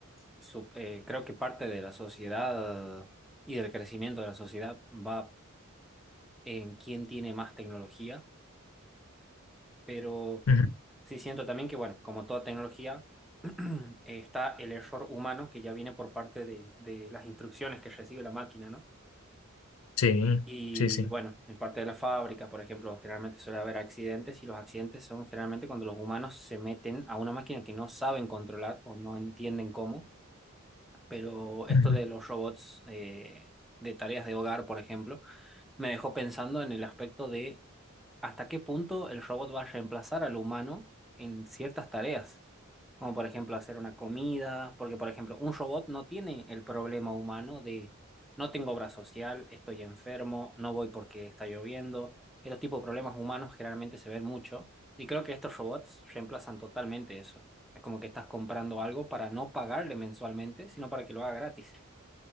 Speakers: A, in the centre; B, on the left (about 75°).
A: Sup- eh, creo que parte de la sociedad y del crecimiento de la sociedad va en quién tiene más tecnología, pero
B: Ujú.
A: sí siento también que, bueno, como toda tecnología, <clears throat> está el error humano que ya viene por parte de, de las instrucciones que recibe la máquina, ¿no?
B: Sí,
A: Y
B: sí, sí.
A: bueno, en parte de las fábricas, por ejemplo, generalmente suele haber accidentes y los accidentes son generalmente cuando los humanos se meten a una máquina que no saben controlar o no entienden cómo. Pero esto
B: Ujú.
A: de los robots eh, de tareas de hogar, por ejemplo, me dejó pensando en el aspecto de hasta qué punto el robot va a reemplazar al humano en ciertas tareas. Como por ejemplo hacer una comida, porque por ejemplo un robot no tiene el problema humano de no tengo obra social, estoy enfermo, no voy porque está lloviendo. Esos tipos de problemas humanos generalmente se ven mucho y creo que estos robots reemplazan totalmente eso. Es como que estás comprando algo para no pagarle mensualmente, sino para que lo haga gratis.